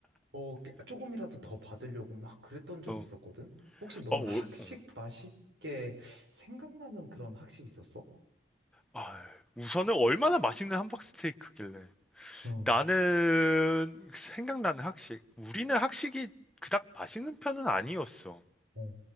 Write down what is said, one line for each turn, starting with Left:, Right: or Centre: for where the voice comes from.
Right: 뭐 깨- 조금이라도 더 받으려고 막 그랬던 적이
Centre: 어,
Right: 있었거든. 혹시 너는
Centre: 어, 어,
Right: 학식
Centre: 어.
Right: 맛있게 생각나는 그런 학식 있었어?
Centre: 아, 우선은 얼마나 맛있는 함박 스테이크길래.
Right: 응,
Centre: 나는 생각나는 학식. 우리는 학식이 그닥 맛있는 편은 아니었어.
Right: 어,